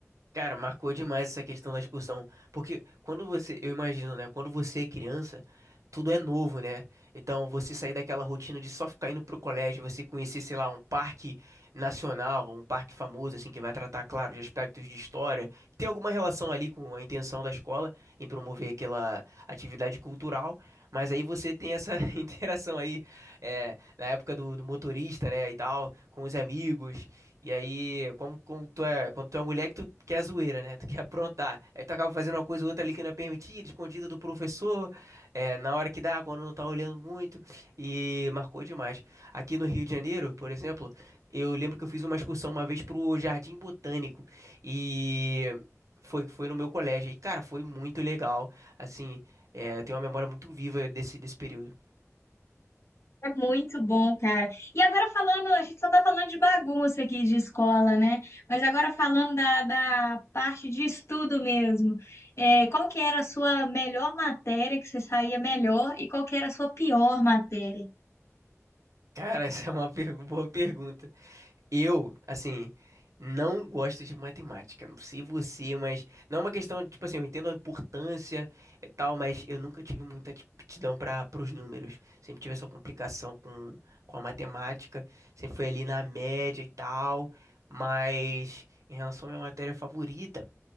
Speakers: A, on the right; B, on the left.
A: Cara, marcou demais essa questão da excursão, porque quando você, eu imagino, né, quando você é criança, tudo é novo, né? Então, você sair daquela rotina de só ficar indo pro colégio, você conhecer, sei lá, um parque nacional, um parque famoso, assim, que vai tratar, claro, de aspectos de história, tem alguma relação ali com a intenção da escola em promover aquela atividade cultural, mas aí você tem essa <laughs> interação aí, é, na época do, do motorista, né, e tal, com os amigos, e aí, como, como tu é, quando tu é uma mulher que tu quer zoeira, né? Tu quer aprontar. Aí tu acaba fazendo uma coisa ou outra ali que não é permitida, escondida do professor, é, na hora que dá, quando não tá olhando muito. E marcou demais. Aqui no Rio de Janeiro, por exemplo, eu lembro que eu fiz uma excursão uma vez pro Jardim Botânico. E foi, foi no meu colégio. E, cara, foi muito legal. Assim, é, eu tenho uma memória muito viva desse, desse período.
B: É muito bom, cara. E agora falando, a gente só tá falando de bagunça aqui de escola, né? Mas agora falando da, da parte de estudo mesmo. É, qual que era a sua melhor matéria que você saía melhor e qual que era a sua pior matéria?
A: Cara, essa é uma <laughs> pergu- boa pergunta. Eu, assim, não gosto de matemática. Não sei você, mas não é uma questão, tipo assim, eu entendo a importância e tal, mas eu nunca tive muita aptidão para os números. Sempre tive essa complicação com, com a matemática, sempre foi ali na média e tal. Mas em relação à minha matéria favorita.